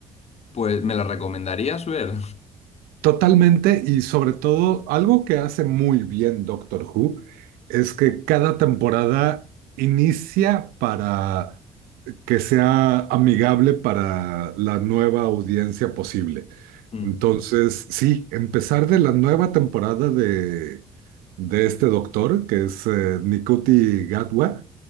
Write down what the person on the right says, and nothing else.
totalmente y sobre todo algo que hace muy bien Doctor Who es que cada temporada inicia para que sea amigable para la nueva audiencia posible.
Entonces, sí, empezar de la nueva temporada de, de este doctor, que es eh, Nikuti Gatwa,